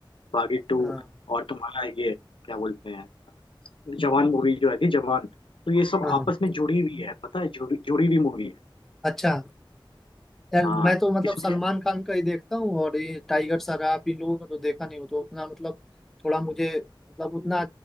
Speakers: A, on the left (about 80°); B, in the centre.
A: बागी टू
B: हाँ
A: और तुम्हारा ये क्या बोलते हैं जवान मूवी जो है थी जवान तो ये सब
B: हाँ
A: आपस में जुड़ी हुई है पता है जुड़ी जुड़ी हुई मूवी है
B: अच्छा यार
A: हाँ
B: मैं तो मतलब
A: इसमें
B: सलमान खान का ही देखता हूँ और ये टाइगर श्रॉफ इन लोगों का तो देखा नहीं हो तो उतना मतलब थोड़ा मुझे मतलब उतना